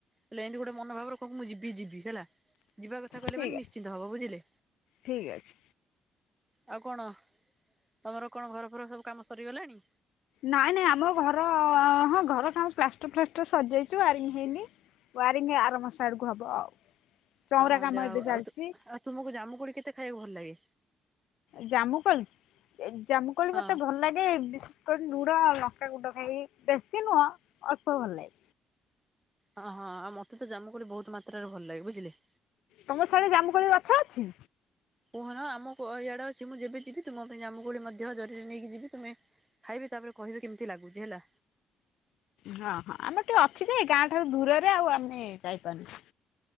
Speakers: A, on the right; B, on the left.
A: ହେଲେ ଏମିତି ଗୋଟେ ମନ ଭାବର କ ମୁଁ ଯିବି ଯିବି ହେଲା। ଯିବା କଥା କହିଲେ
B: ଠିକ୍
A: ମାନେ ନିଶ୍ଚିନ୍ତ ହବ ବୁଝିଲେ।
B: ଠିକ୍ ଅଛି
A: ଆଉ କଣ, ତମର କଣ ଘରଫର ସବୁ କାମ ସରିଗଲାଣି?
B: ନାଇଁ ନାଇଁ ଆମ ଘର ହଁ ଘର କାମ ପ୍ଲାଷ୍ଟର ଫ୍ଲାଷ୍ଟର ସରିଯାଇ ଚୁ ୱାରିଂ ହେଇନି ୱାରିଙ୍ଗ ଆର ମାସ ଆଡକୁ ହବ ଆଉ, ଚଉଁରା
A: ଅହ
B: କାମ
A: ଯାହା ହଉ
B: ଏବେ ଚାଲିଛି।
A: ଆଉ ଆଉ ତୁମକୁ ଜାମୁକକୋଳି କେତେ ଖାଇବାକୁ ଭଲ ଲାଗେ?
B: ଜାମୁକୋଳି, ଜାମୁକୋଳି
A: ହଁ
B: ମତେ ଭଲ ଲାଗେ ଲୁଣ, ଆ ଲଙ୍କା ଗୁଣ୍ଡ ଖାଇ ବେଶୀ ନୁହଁ ଅଳ୍ପ ଭଲ ଲାଗେ।
A: ହଁ ହଁ ଆଉ ମତେ ତ ଜାମୁକୋଳି ବହୁତ ମାତ୍ରାରେ ଭଲ ଲାଗେ, ବୁଝିଲେ।
B: ତମ ସାଡେ ଜାମୁକୋଳି ଗଛ ଅଛି?
A: କୁହଁ ଆମ ଇଆଡେ ଅଛି ମୁଁ ଯେବେ ଯିବି ତୁମ ପାଇଁ ଜାମୁକୋଳି ମଧ୍ୟ ଜରୀରେ ନେଇକି ଯିବି, ତୁମେ ଖାଇବେ ତାପରେ କହିବେ କେମିତି ଲାଗୁଛି ହେଲା।
B: ହଁ ହଁ ଆମର ଟିକେ ଅଛି ଯେ, ଗାଁ ଠାରୁ ଦୂରରେ ଆଉ ଆମେ ଯାଇପାରୁନୁ।